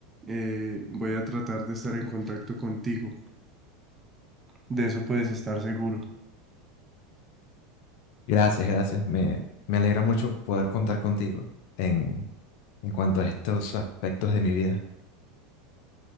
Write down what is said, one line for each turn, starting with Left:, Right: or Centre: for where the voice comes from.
Right: eh, voy a tratar de estar en contacto contigo. De eso puedes estar seguro.
Left: Gracias, gracias. Me, me alegra mucho poder contar contigo en, en cuanto a estos aspectos de mi vida.